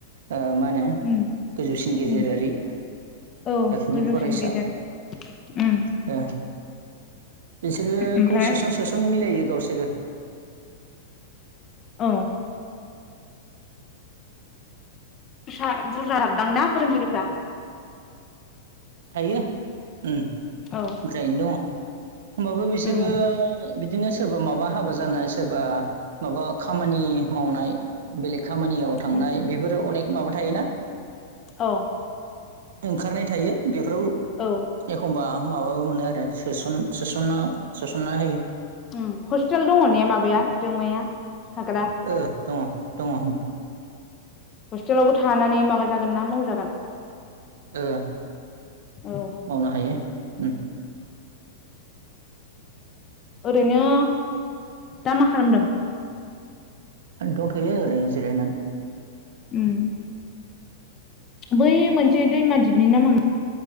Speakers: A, on the right; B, on the left.
A: ओ मा होनो
B: उम
A: गोजौसिन गेजेरारि
B: उम औ
A: थाखोनि
B: गोजौसिन
A: फरायसा
B: गेजेर। उम
A: ओ। बिसोरोखौ
B: ओमफ्राय
A: सोसन सोसन मिलायो गावसोरो।
B: औ। सा बुरजा हाबदोंना फोरोंगिरिफ्रा?
A: थायो ओम
B: औ
A: बुरजायैनो दङ। होमबाबो बिसोरबो
B: उम
A: बिदिनो सोरबा माबा हाबा जानाय सोरबा माबा खामानि मावनाय बेलेग खामानियाव थांनाय
B: उम
A: बेफोरो अनेक माबा थायोना।
B: औ।
A: ओंखारनाय थायो बेफोराव
B: औ
A: एखमबा माबाबो मोनो आरो सोसन सोसनना सोसनना होयो।
B: ओम हस्टेल दङ ने माबाया जोंमाया? थाग्रा
A: ओ दङ। दङ ओ
B: हस्टेलावबो थानानै माबा जागोन ना मावजागोन?
A: ओ
B: औ
A: मावनो हायो ओम।
B: ओरैनो दा मा खालामदों?
A: दंथ'यो ओरैनो जिरायनानै।
B: ओम। बै मोनसे दैमा दिपनि नामा